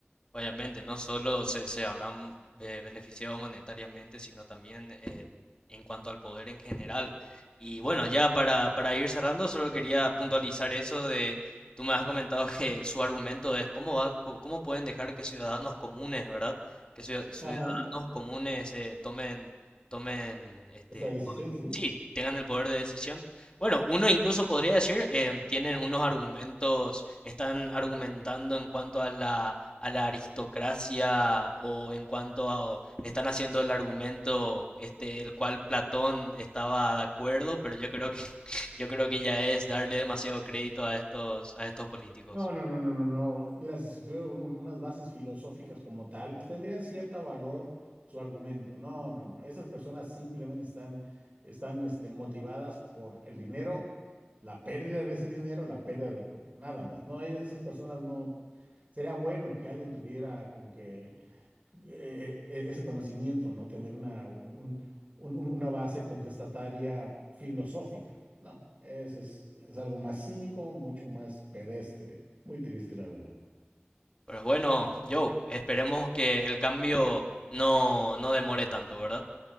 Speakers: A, on the left; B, on the right.
A: Obviamente, no solo se, se habrán eh, beneficiado monetariamente, sino también eh, en cuanto al poder en general. Y bueno, ya para, para ir cerrando, solo quería puntualizar eso de, tú me has comentado que su argumento es cómo va, cómo, cómo pueden dejar que ciudadanos comunes, ¿verdad? Que ciu- ciudadanos
B: Ajá,
A: comunes eh, tomen, tomen este,
B: esa decisión, sí.
A: Sí, tengan el poder de decisión. Bueno, uno incluso podría decir, em, tienen unos argumentos, están argumentando en cuanto a la, a la aristocracia o en cuanto a, o están haciendo el argumento este, el cual Platón estaba de acuerdo, pero yo creo que, <laughs> yo creo que ya es darle demasiado crédito a estos, a estos políticos.
B: No, no, no, no, no, no. Mira, si, si tuviera un- un- unas bases filosóficas como tal, pues tendrían cierto valor su argumento. No, no, no. Esas personas simplemente están, están, este, motivadas por el dinero, la pérdida de ese dinero, la pérdida de poder. Nada más. No, e- esas personas no. Sería bueno que alguien tuviera como que eh, e- ese conocimiento, ¿no? Tener una, un- un- un- una base contestataria filosófica. No, eso es, es algo más cínico, mucho más pedestre. Muy triste, la verdad.
A: Pero bueno, Joe, esperemos que el cambio no, no demore tanto, ¿verdad?